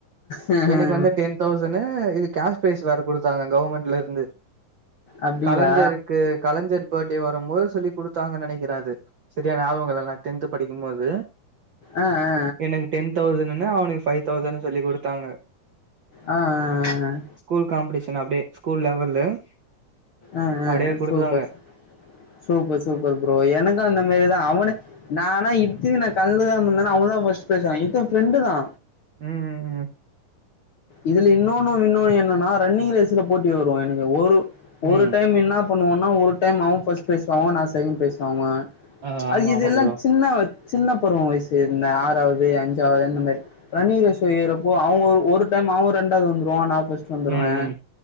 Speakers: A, on the left (about 60°); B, on the right (about 60°).
A: ஆ
B: எனக்கு வந்து டென் தௌசணு இது கேஷ் ப்ரைஸ் வேற கொடுத்தாங்க கவர்மெண்ட்ல இருந்து
A: அப்டிங்களா
B: கலைஞ் இருக்கு கலைஞ் இருக்கு பர்த்டே வரும்போது சொல்லி குடுத்தாங்கன்னு நெனைக்கிறேன் அது சரியா ஞாபகம் இல்ல நான் டென்த் படிக்கும்போது
A: ஆ ஆ
B: எனக்கு டென் தௌசண் அவனுக்கு பைவ் தௌசண்ட் சொல்லி குடுத்தாங்க
A: ஆ ஆ ஆ
B: ஸ்கூல் காம்படிஷன் அப்டியே ஸ்கூல் லெவல்லு <inaudible>
A: ஆ ஆ
B: அப்டியே
A: ஆ
B: குடுத்தாங்க
A: சூப்பர் சூப்பர் சூப்பர் ப்ரோ எனக்கு அந்த மாரிதா அவனு நானா இத்தி நா கழந்துக்காமருந்தனா அவ தா ஃப்ர்ஸ்ட் ப்ரைஸ் இத்தன் அவ ஃப்ரெண்டு தா
B: ம் ம் ம்
A: இதுல இன்னொன்னு இன்னொன்னு என்னன்னா ரன்னிங் ரேஸ்ல போட்டி வரு எனகு ஒரு ஒரு
B: ம்
A: டைம் என்ன பண்ணுவோனா ஒரு டைம் அவ ஃபஸ்ட் ப்ரைஸ் வாங்குவா நா செகண்ட்ப்ரைஸ் வாங்குவ
B: ஆ
A: அது
B: ஆமா
A: இததுெல்லா
B: ஆமா ப்ரோ
A: சின்னவ சின்ன பருவ வயசு இருந்த ஆறாவது அஞ்சாவது அந்த மாரி ரன்னிங் ரேஷயறப்போ அவங்க ஒரு ஒர் டைம் அவு ரெண்டாவது வந்துருவா நா ஃபஸ்டு வந்துறுவே
B: ம் ம்